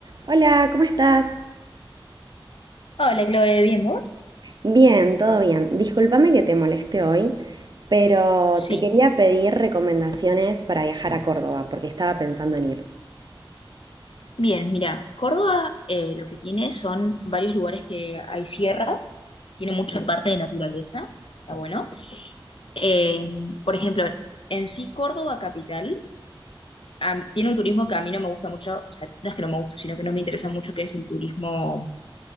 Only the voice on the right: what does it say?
Hola, ¿cómo estás?
Bien, todo bien. Discúlpame que te moleste hoy, pero
te quería pedir recomendaciones para viajar a Córdoba, porque estaba pensando en ir.